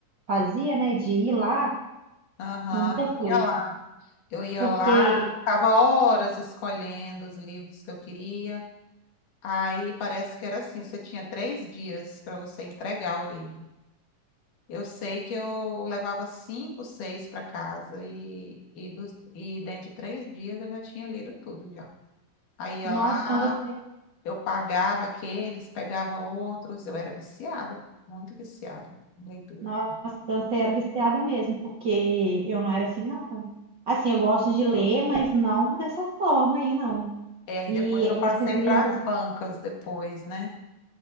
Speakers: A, on the right; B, on the left.
A: fazia, né? De ir lá,
B: Aham,
A: eu nunca fui.
B: eu ia lá. Eu ia
A: Porque,
B: lá, ficava horas escolhendo os livros que eu queria. Aí parece que era assim, você tinha três dias para você entregar o livro. Eu sei que eu levava cinco, seis para casa e, e, dos, e dentro de três dias eu já tinha lido tudo já. Aí ia
A: nossa,
B: lá,
A: então você,
B: eu pagava aqueles, pegava outros, eu era viciada, muito viciada em leitura.
A: nossa, então você era viciada mesmo, porque eu não era assim, não. Assim, eu gosto de ler, mas não dessa forma aí, não.
B: É, aí
A: E
B: depois eu passei
A: esses livros,
B: para as bancas depois, né?